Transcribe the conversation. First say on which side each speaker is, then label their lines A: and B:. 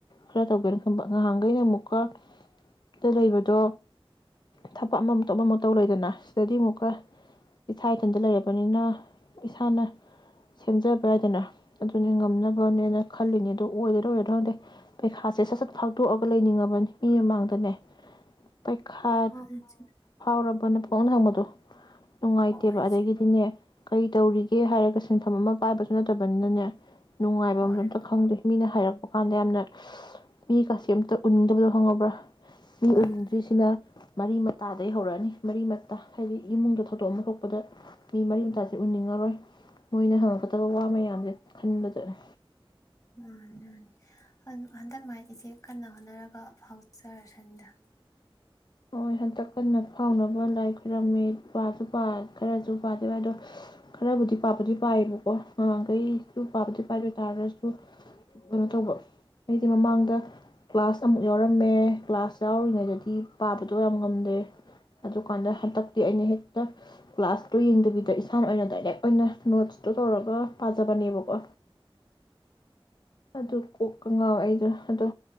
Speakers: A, on the left; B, on the left.
A: ꯈꯔ ꯇꯧꯒꯦꯅ ꯈꯟꯕ ꯉꯍꯥꯟ ꯑꯩꯅ ꯑꯃꯨꯛꯀ ꯇꯦꯜꯂꯩꯕꯗꯣ ꯊꯕꯛ ꯑꯃ ꯊꯕꯛ ꯑꯃ ꯇꯧꯔꯦꯗꯅ ꯁꯤꯗꯗꯤ ꯑꯃꯨꯛꯀ ꯏꯁꯥ ꯏꯊꯟꯇ ꯂꯩꯔꯕꯅꯤꯅ ꯏꯁꯥꯅ ꯁꯦꯝꯖꯕ ꯌꯥꯏꯗꯅꯥ ꯑꯗꯨꯅꯤ ꯉꯝꯅꯕꯅꯦꯅ ꯈꯜꯂꯤꯅꯤ ꯑꯗꯨ ꯑꯣꯏꯒꯗ꯭ꯔ ꯑꯣꯏꯔꯣꯗ ꯈꯪꯗꯦ ꯄꯩꯈꯥꯁꯦ ꯁꯠ-ꯁꯠ ꯐꯥꯗꯣꯛꯑꯒ ꯂꯩꯅꯤꯡꯉ ꯃꯥꯅꯤ ꯃꯤ ꯃꯃꯥꯡꯗꯅꯦ ꯄꯩꯈꯥ
B: ꯃꯥꯅꯦ ꯏꯆꯦ
A: ꯐꯥꯎꯔꯕ ꯕꯣꯅꯤ ꯄꯨꯍꯡꯗ ꯍꯪꯕꯗꯣ ꯅꯨꯡꯉꯥꯏꯇꯦꯕ
B: ꯍꯣꯏ ꯏꯆꯦ
A: ꯑꯗꯩꯒꯤꯗꯤꯅꯦ ꯀꯩꯇꯧꯔꯤꯒꯦ ꯍꯥꯏꯔꯒ ꯁꯤꯟꯐꯝ ꯑꯃ ꯋꯥꯕꯁꯨ ꯅꯠꯇꯕꯅꯤꯅꯅꯦ ꯅꯨꯡꯉꯥꯏꯕꯝ
B: ꯍꯣꯏ
A: ꯑꯝꯇ ꯈꯪꯗꯦ ꯃꯤꯅ ꯍꯥꯏꯔꯛꯄ ꯀꯥꯟꯗ ꯌꯥꯝꯅ ꯃꯤ ꯀꯥꯁꯤ ꯑꯝꯇ ꯎꯅꯤꯡꯗꯕꯗꯣ ꯈꯪꯉꯕ꯭ꯔꯥ ꯃꯤ
B: ꯃꯥꯅꯤ
A: ꯎꯅꯤꯡꯗ꯭ꯔꯤꯁꯤꯅ ꯃꯔꯤ ꯃꯇꯥ ꯑꯩ ꯍꯧꯔꯛꯑꯅꯤ ꯃꯔꯤ ꯃꯇꯥ ꯍꯥꯏꯗꯤ ꯏꯃꯨꯡꯗ ꯊꯧꯗꯣꯛ ꯑꯃ ꯊꯣꯛꯄꯗ ꯃꯤ ꯃꯔꯤ ꯃꯇꯥꯁꯦ ꯎꯅꯤꯡꯉꯔꯣꯏ ꯃꯣꯏꯅ ꯍꯪꯉꯛꯀꯗꯕ ꯋꯥ-ꯃꯌꯥꯝꯁꯦ ꯈꯟꯕꯗꯅꯦ
B: ꯃꯥꯅꯤ-ꯃꯥꯅꯤ ꯍꯟꯗꯛ ꯃꯥꯏ ꯏꯆꯦ ꯀꯟꯅ ꯍꯣꯠꯅꯔꯒ ꯐꯥꯎꯖꯔꯁꯟꯅꯤꯗ
A: ꯍꯣꯏ ꯍꯟꯗꯛ ꯀꯟꯅ ꯐꯥꯎꯅꯕ ꯂꯥꯏ ꯈꯨꯣꯏꯔꯝꯃꯤ ꯄꯥꯁꯨ ꯄꯥꯏ ꯈꯔꯁꯨ ꯄꯥꯗꯦꯕ ꯌꯥꯗꯦ ꯑꯗꯣ ꯈꯔꯕꯨꯗꯤ ꯄꯥꯕꯨꯗꯤ ꯄꯥꯏꯌꯦꯕꯀꯣ ꯅꯥꯍꯥꯟꯈꯩꯁꯨ ꯄꯥꯕꯗꯤ ꯄꯥꯏꯕ ꯑꯗꯣꯏ ꯇꯥꯔꯒꯁꯨ ꯀꯩꯅꯣ ꯇꯧꯕ ꯑꯩꯁꯦ ꯃꯃꯥꯡꯗ ꯀꯂꯥꯁ ꯑꯃꯨꯛ ꯌꯥꯎꯔꯝꯃꯦ ꯀꯂꯥꯁ ꯌꯥꯎꯔꯤꯉꯩꯗꯗꯤ ꯄꯥꯕ ꯇꯣꯝ ꯉꯝꯗꯦ ꯑꯗꯨꯀꯥꯟꯗ ꯍꯟꯗꯛꯇꯤ ꯑꯩꯅ ꯍꯦꯛꯇ ꯀꯂꯥꯁꯇꯨ ꯌꯦꯡꯗꯕꯤꯗ ꯏꯁꯥꯅ ꯑꯣꯏꯅ ꯗꯥꯏꯔꯦꯛ ꯑꯣꯏꯅ ꯅꯣꯠꯁꯇꯩ ꯇꯧꯔꯒ ꯄꯥꯖꯕꯅꯦꯕꯀꯣ ꯑꯗꯨ-ꯀꯨꯛ ꯀꯉꯥꯎ ꯑꯩꯗꯣ ꯑꯗꯣ